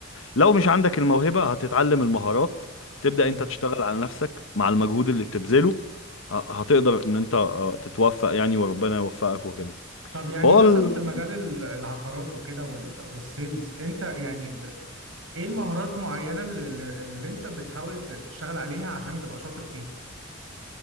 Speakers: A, on the left; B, on the right.
A: لو مش عندك الموهبة هتتعلم المهارات تبدأ
B: امم
A: انت تشتغل على نفسك مع المجهود اللي بتبذله ه- هتقدر ان انت آه، تتوفق يعني وربنا يوفقك وكده
B: طب يعني
A: فهو
B: مثلا
A: ال-
B: في مجال ال- العقارات وكده وال... والسيلز انت يعني ب... ايه المهارات معينة اللي, اللي اللي انت بتحاول ت- تشتغل عليها عشان تبقى شاطر فيها